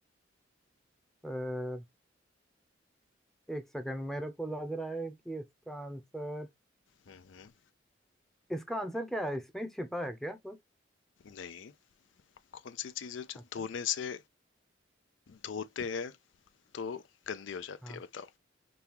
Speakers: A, in the centre; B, on the left (about 80°).
A: फिर एक सेकंड मेरे को लग रहा है कि इसका आंसर
B: हम्म,
A: इसका आंसर क्या है इसमें ही छिपा है क्या कुछ
B: नहीं कौन सी चीज़ है जो
A: अच्छा
B: धोने से धोते हैं तो गंदी हो जाती
A: हाँ
B: है बताओ